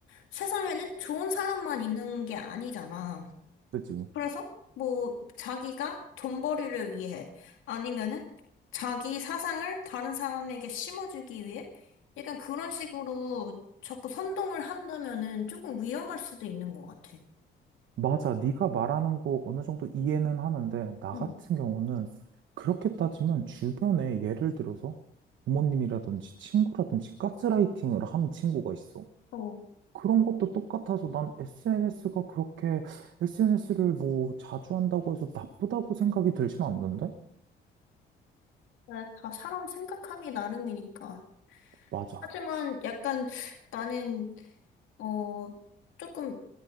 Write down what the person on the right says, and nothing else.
그치.
맞아. 네가 말하는 거 어느 정도 이해는 하는데 나
같은 경우는 그렇게 따지면 주변에 예를 들어서 부모님이라든지 친구라든지 가스라이팅을 한 친구가 있어.
그런 것도 똑같아서 난 SNS가 그렇게 SNS를 뭐 자주 한다고 해서 나쁘다고 생각이 들진 않는데?
맞아.